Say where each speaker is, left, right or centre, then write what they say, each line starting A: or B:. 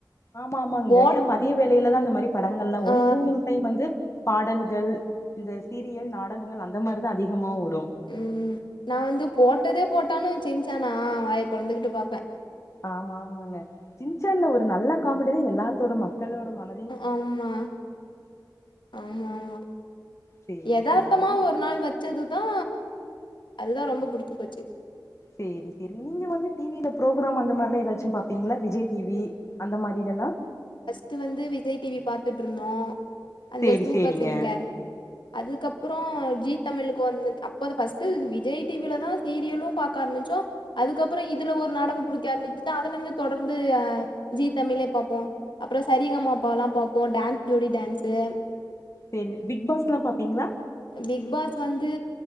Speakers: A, on the left; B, on the left.
A: ஆமா ஆமாங்க
B: போட்
A: ஏனா மதிய வேலையிலதா இந்த மாரி படங்கள் எல்லா ஓடி
B: ஆ
A: ஈவினிங் டைம் வந்து பாடல்கள் இந்த சீரியல் நாடகங்கள் அந்த மாதிரிதா அதிகமா ஓடு
B: ம் நா வந்து போட்டதே போட்டாலு சிங்சனா வாய பொழந்துக்கிட்டு பாப்ப
A: ஆமா ஆமாங்க சின்சன்ல ஒரு நல்ல காமெடி தா எல்லாத்தோட மக்களோட மல
B: ஆமா ஆமா ஆமா
A: சேரி
B: யதார்த்தமா
A: சேரி
B: ஒரு நாள் வச்சதுதா அதுதா ரொம்ப புடிச்சி போச்சி
A: சேரி சேரிங்க நீங்க வந்து டிவியில பரோக்ராம் அந்த மாரிலா ஏதாச்சும் பாப்பீங்ளா விஜய் டிவி அந்த மாரில எல்லா
B: நேத்து வந்து விஜய் டிவி பாத்துட்டு இருந்தோ அந்த
A: சேரி
B: சூப்பர்
A: சேரிங்க
B: சிங்கர் அதுக்கப்ரோ ஜி தமிழுக்கு வந்து அப்போ ஃபஸ்ட்டு விஜய் டிவில தா சீரியலு பாப் காமிச்சோ அதுக்கப்ரோ இதுல ஒரு நாடகம் புடிக்க ஆரம்பிச்சி அதுல இருந்து தொடர்ந்து அ ஜி தமிழே பாப்போ அப்ரோ சரிகமா அப்பாலா பாப்போ டான்ஸ் ஜோடி டான்ஸு
A: சேரி பிக் பாஸ் எல்லா பாப்பீங்ளா
B: பிக் பாஸ் வந்து